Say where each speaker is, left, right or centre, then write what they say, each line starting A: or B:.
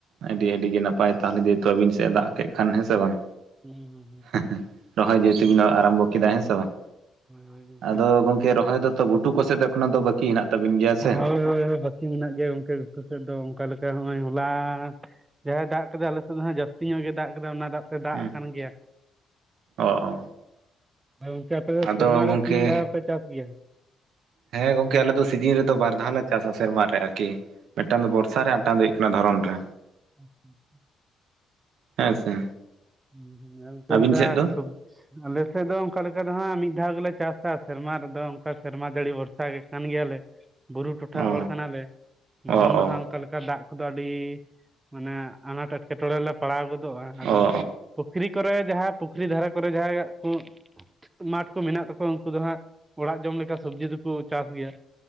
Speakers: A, on the right; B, on the right.
A: ᱟᱹᱰᱤ ᱟᱹᱰᱤ ᱜᱮ ᱱᱟᱯᱟᱭ ᱛᱟᱦᱚᱞᱮ ᱡᱮᱦᱮᱛᱩ ᱟᱵᱤᱱ ᱥᱮᱜ ᱫᱟᱜ ᱠᱮᱜ ᱠᱷᱟᱱ ᱦᱮᱸ ᱥᱮ ᱵᱟᱝ
B: ᱦᱩᱸ ᱦᱩᱸ
A: ᱦᱮᱦᱮ ᱨᱚᱦᱚᱭ <unintelligible> ᱟᱨᱟᱢᱵᱚ ᱠᱮᱫᱟ ᱦᱮᱸ ᱥᱮ ᱵᱟᱝ
B: ᱦᱳᱭ ᱜᱚᱢᱠᱮ
A: ᱟᱫᱚ ᱜᱚᱝᱠᱮ ᱨᱚᱦᱚᱭ ᱫᱚ ᱛᱚ ᱜᱷᱩᱴᱩ ᱠᱚ ᱥᱮᱫ ᱮᱠᱠᱷᱱᱚ ᱫᱚ ᱵᱟᱹᱠᱤ ᱦᱮᱱᱟᱜ ᱛᱟᱵᱤᱱ ᱜᱮᱭᱟ
B: ᱦᱳᱭ
A: ᱥᱮ
B: ᱦᱳᱭ ᱦᱳᱭ ᱵᱟᱹᱠᱤ ᱢᱮᱱᱟᱜ ᱜᱮᱭᱟ ᱜᱚᱝᱠᱮ ᱴᱩ ᱥᱮᱫ ᱫᱚ ᱚᱝᱠᱟ ᱞᱮᱠᱟ ᱱᱚᱜᱼᱚᱭ ᱦᱚᱞᱟ ᱡᱟᱦᱟᱸᱭ ᱫᱟᱜ ᱠᱟᱫᱟᱭ ᱟᱞᱮ ᱥᱮᱫ ᱫᱚᱜ ᱡᱟᱹᱥᱛᱤ ᱧᱚᱜ ᱜᱮᱭ ᱫᱟᱜ ᱠᱮᱫᱟᱭ ᱚᱱᱟ ᱫᱟᱜ ᱛᱮ ᱫᱟᱜ
A: ᱦᱩᱸ
B: ᱠᱟᱱ ᱜᱮᱭᱟ
A: ᱚ ᱚ
B: ᱜᱚᱝᱠᱮ ᱟᱯᱮ ᱫᱚ
A: ᱟᱫᱚ
B: ᱥᱮᱨᱢᱟᱨᱮ
A: ᱜᱚᱝᱠᱮ
B: ᱛᱤᱱ ᱫᱷᱟᱣ ᱯᱮ ᱪᱟᱥ ᱜᱮᱭᱟ
A: ᱦᱮᱸ ᱜᱚᱝᱠᱮ ᱟᱞᱮ ᱫᱚ ᱥᱤᱡᱤᱱ ᱨᱮᱫᱚ ᱵᱟᱨ ᱫᱷᱟᱣ ᱞᱮ ᱪᱟᱥᱟ ᱥᱮᱨᱢᱟ ᱨᱮ ᱟᱨᱠᱤ ᱢᱤᱫᱴᱟᱝ ᱫᱚ ᱵᱚᱨᱥᱟ ᱨᱮ ᱟᱴᱟᱝ ᱫᱚ ᱦᱳᱭᱳᱜ ᱠᱟᱱᱟ ᱫᱷᱚᱨᱚᱱ ᱨᱮ
B: <inaudible>
A: ᱦᱮᱸ ᱥᱮ
B: ᱦᱩᱸ <unintelligible>
A: ᱟᱹᱵᱤᱱ
B: ᱚᱱᱠᱟ
A: ᱥᱮᱫ ᱫᱚ
B: ᱥᱚᱵ ᱟᱞᱮ ᱥᱮᱜ ᱫᱚ ᱚᱝᱠᱟ ᱞᱮᱠᱟ ᱫᱚ ᱦᱟᱸᱜ ᱢᱤᱫ ᱫᱷᱟᱣ ᱜᱮᱞᱮ ᱪᱟᱥᱟ ᱥᱮᱨᱢᱟ ᱨᱮᱫᱚ ᱚᱝᱠᱟ ᱥᱮᱨᱢᱟ ᱡᱟᱹᱲᱤ ᱵᱷᱚᱨᱥᱟ ᱜᱮ ᱠᱟᱱ ᱜᱮᱭᱟᱞᱮ ᱵᱩᱨᱩ ᱴᱚᱴᱷᱟ
A: ᱚ
B: ᱦᱚᱲ ᱠᱟᱱᱟᱞᱮ ᱫᱷᱚᱨᱚᱱ
A: ᱚ
B: ᱫᱚ
A: ᱚ
B: ᱦᱟᱸᱜ ᱚᱝᱠᱟ ᱞᱮᱠᱟ ᱫᱟᱜ ᱠᱚᱫᱚ ᱟᱹᱰᱤ ᱢᱟᱱᱮ ᱟᱱᱟᱴ ᱮᱴᱠᱮᱴᱚᱬᱮ ᱨᱮ ᱞᱮ ᱯᱟᱲᱟᱣ ᱜᱚᱫᱚᱜᱼᱟ ᱟᱫᱚ
A: ᱚ ᱚ
B: ᱯᱩᱠᱷᱨᱤ ᱠᱚᱨᱮ ᱡᱟᱦᱟᱸ ᱯᱩᱠᱷᱨᱤ ᱫᱷᱟᱨᱮ ᱠᱚᱨᱮ ᱡᱟᱦᱟᱸᱭᱟᱜ ᱠᱚ ᱢᱟᱴᱷ ᱠᱚ ᱢᱮᱱᱟᱜ ᱛᱟᱠᱚᱣᱟ ᱩᱱᱠᱩ ᱫᱚ ᱦᱟᱸᱜ ᱚᱲᱟᱜ ᱡᱚᱢ ᱞᱮᱠᱟ ᱥᱚᱵᱡᱤ ᱫᱚᱠᱚ ᱪᱟᱥ ᱜᱮᱭᱟ